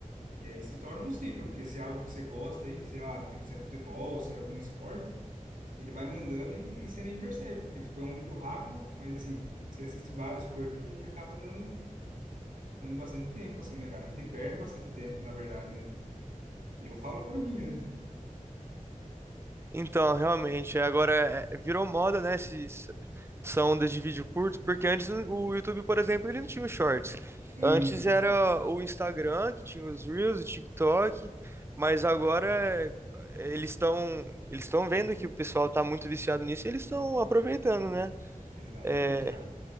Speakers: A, on the right (about 75°); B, on the right (about 20°).
A: E aí se torna um ciclo, porque se é algo que você gosta aí, sei lá, tipo, se é futebol, se é algum esporte, ele vai mandando e, e você nem percebe, porque, tipo, é um vídeo rápido, mas, assim, você assiste vários por dia e acaba dando, dando bastante tempo, assim, né, cara? A gente perde bastante tempo, na verdade, né? E eu falo por mim mesmo.
B: Então, realmente, é, agora é- é, virou moda, né, esses, essa onda de vídeo curto, porque antes o YouTube, por exemplo, ele não tinha os shorts.
A: Uhum,
B: Antes era o Instagram, que tinha os Reels, o TikTok, mas agora é, eles estão eles estão vendo que o pessoal tá muito viciado nisso e eles estão aproveitando, né?
A: exatamente,
B: É,
A: cara.